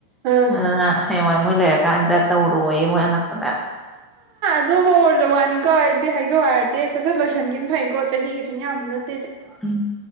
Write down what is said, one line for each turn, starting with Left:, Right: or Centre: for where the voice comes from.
Right: ꯑꯥ
Centre: ꯑꯗꯨꯅ ꯍꯌꯦꯡꯋꯥꯏ ꯃꯣꯏ ꯂꯩꯔꯀꯥꯟꯗ ꯇꯧꯔꯣꯏꯌꯦ ꯃꯣꯏ ꯑꯅꯛꯄꯗ
Right: ꯑꯗꯣꯝꯃ ꯑꯣꯔꯣꯏꯗ ꯋꯅꯤꯀꯣ ꯑꯩꯗꯤ ꯍꯏꯖꯧ ꯍꯏꯔꯗꯤ ꯁꯠ ꯁꯠ ꯂꯣꯏꯁꯟꯒꯤꯕꯅ ꯐꯩꯀꯣ ꯆꯍꯤ ꯀꯩꯁꯨꯝ ꯌꯥꯝꯕꯖꯨ ꯅꯠ
Centre: ꯎꯝ